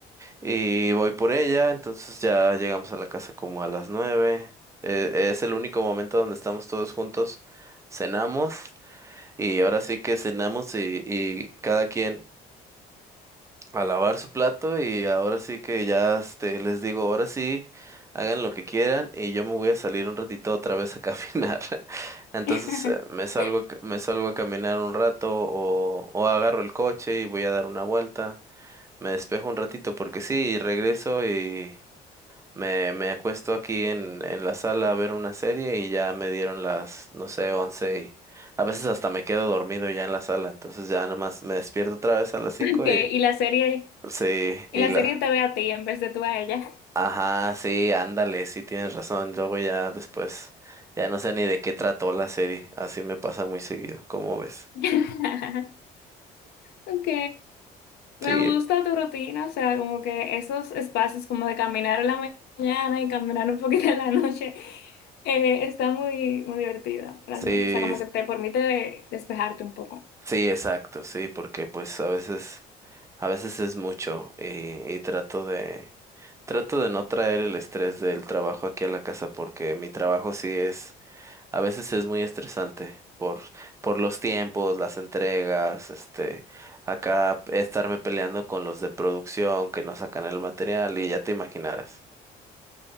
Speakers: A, on the right; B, on the left.
A: Y voy por ella, entonces ya llegamos a la casa como a las nueve. Eh, es el único momento donde estamos todos juntos. Cenamos y ahora sí que cenamos y, y cada quien a lavar su plato y ahora sí que ya este, les digo, ahora sí, hagan lo que quieran y yo me voy a salir un ratito otra vez a <laughs> caminar. Entonces
B: <laughs>
A: eh, me salgo, a ca- me salgo a caminar un rato o, o agarro el coche y voy a dar una vuelta. Me despejo un ratito porque sí, y regreso y... Me, me acuesto aquí en, en la sala a ver una serie y ya me dieron las, no sé, once y a veces hasta me quedo dormido ya en la sala, entonces ya nomás me despierto otra vez a las 5
B: okay
A: y
B: y la serie...
A: sí, y
B: Y la
A: la...
B: serie te ve a ti en vez de tú a ella.
A: Ajá, sí, ándale, sí tienes razón, luego ya después ya no sé ni de qué trató la serie, así me pasa muy seguido, ¿cómo ves?
B: <laughs> Ok, me
A: Sí,
B: gusta tu rutina, o sea, como que esos espacios como de caminar en la ma- mañana y caminar un poquito en la noche, eh, está muy, muy divertido realmente,
A: sí,
B: o sea, como que te permite despejarte un poco.
A: sí, exacto, sí, porque pues a veces, a veces es mucho y, y trato de... Trato de no traer el estrés del trabajo aquí a la casa porque mi trabajo sí es, a veces es muy estresante por, por los tiempos, las entregas, este, acá estarme peleando con los de producción que no sacan el material y ya te imaginarás.